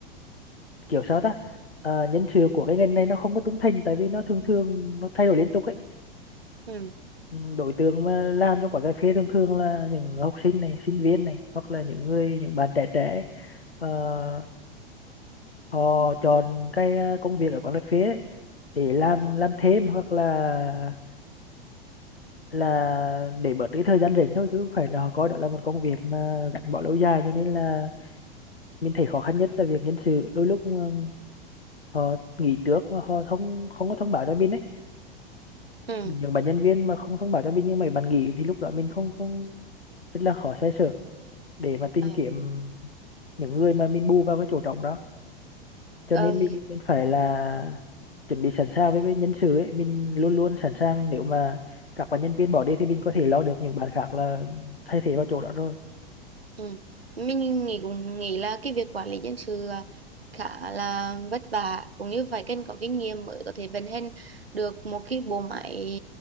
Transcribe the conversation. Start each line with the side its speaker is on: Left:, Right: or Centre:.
Left: kiểu sao ta Ờ, nhân sự của cái ngành này nó không có trung thành tại vì nó thường thường nó thay đổi liên tục ấy
Right: Ừ.
Left: Ừ, đối tượng mà làm cho quán cà phê thường thường là những học sinh này sinh viên này hoặc là những người những bạn trẻ trẻ ấy. Ờ, họ chọn cái ờ, công việc ở quán cà phê ấy để làm
Right: Ừ.
Left: làm thêm hoặc là là để bớt cái thời gian rảnh thôi chứ không phải là họ coi đó là một công việc mà gắn bó lâu dài cho nên là mình thấy khó khăn nhất là việc nhân sự đôi lúc ờ, họ nghỉ trước mà họ không không có thông báo cho mình ấy
Right: Ừ.
Left: những bạn nhân viên mà không thông báo cho mình nhưng mà bạn nghỉ thì lúc đó mình không không rất là khó xoay sở để mà tìm
Right: Ờ,
Left: kiếm những người mà mình bù vào cái chỗ trống đó cho
Right: ờm,
Left: nên mình mình phải là chuẩn bị sẵn sàng với, với nhân sự ấy mình luôn luôn sẵn sàng nếu mà các bạn nhân viên bỏ đi thì mình có thể lo được những bạn khác là thay thế vào chỗ đó rồi
Right: Ừ. Mình nghĩ cũng nghĩ là cái việc quản lý nhân sự à, khá là vất vả cũng như phải cần có kinh nghiệm mới có thể vận hành được một cái bộ máy